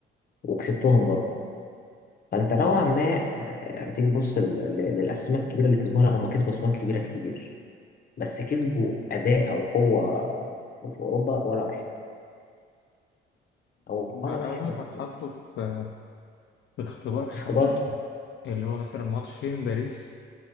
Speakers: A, on the left; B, on the left.
A: وكسبتهم برضه فأنت نوعا ما آه، يعني تيجي تبص لل- لل- للأسماء الكبيرة اللي كسبوها لا هم كسبوا أسماء كبيرة كتير بس كسبوا اداء او قوه في في اوروبا ولا واحد او
B: ما
A: ولا واحد
B: أول ما اتحطوا في في اختبار حقيقي
A: اختبار
B: اللي هو مثلا ماتشين باريس